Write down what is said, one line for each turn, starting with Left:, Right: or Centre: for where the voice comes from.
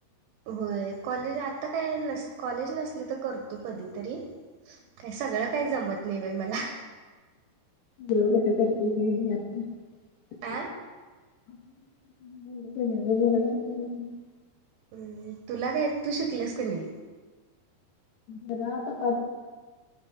Right: होय कॉलेज आता काय नस कॉलेज नसल तर करतो कधीतरी. काय सगळं काय जमत नाय बाय मला
Left: बरोबर तर करतेच <unintelligible> <inaudible>
Right: आ.
Left: <unintelligible> <inaudible>
Right: अ तुला काय तू शिकल्यास का नई?
Left: जरां आता <unintelligible>